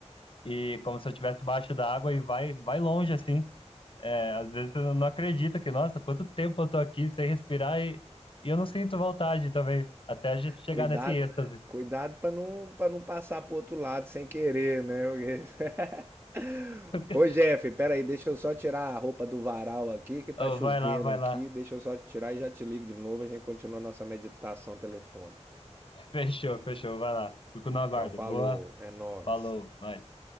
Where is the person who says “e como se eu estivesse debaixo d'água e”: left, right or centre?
Left